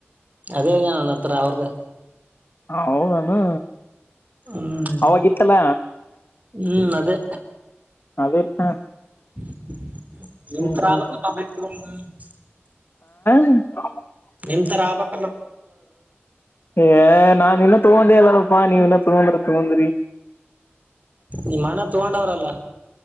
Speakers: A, on the right; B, on the left.
A: ಅದೇನಣ ಅತ್ರ ಅವರದ
B: ಹ ಹೌದಾನು
A: ಹ್ಮ್
B: ಅವಾಗಿತ್ತಲ್ಲ
A: ಹ್ಮ್ ಅದೇ
B: ಅದೇ ಹಾ <unintelligible>
A: ಎಂತಪ್ಪ
B: ಹ್ಮ್ ಹ್ಮ್
A: <unintelligible>
B: ಹ್ಮ
A: ನಿಮ್ ತರ ಆಗ್ಬೇಕು
B: ಏ ನಾನು ಇನ್ನೂ ತೊಗೊಂಡೆಲ್ಲಲ್ಲಪ್ಪಾ ನೀವು ಇನ್ನ ತೊಗೊಂಡ್ರ ತಗೊಂಡ
A: ನಿಮ್ಮಣ್ಣ ತಗೊಂಡವ್ರಲ್ಲ